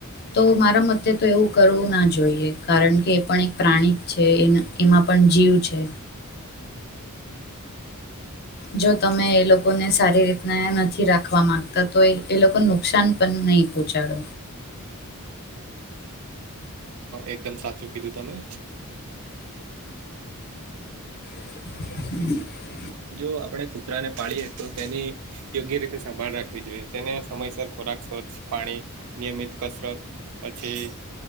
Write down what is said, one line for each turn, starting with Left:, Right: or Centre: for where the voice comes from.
Left: તો મારા મતે તો એવું કરવું ના જોઈએ કારણ કે એ પણ એક પ્રાણીક છે એ એમાં પણ જીવ છે. જો તમે એ લોકોને સારી રીતના નથી થી રાખવા માંગતા તો એ લોકોને નુકસાન પણ નહી પહોંચાડ.
Right: એકદમ સાચું કીધું તમે.
Left: <inaudible>
Right: જો આપણે કૂતરા ને પાળએ તો તેની યોગ્ય રીતે સંભાળ રાખવી જોઈએ. તેને સમયસર ખોરાક સ્વચ્છ પાણી, નિયમિત કસરત. પછી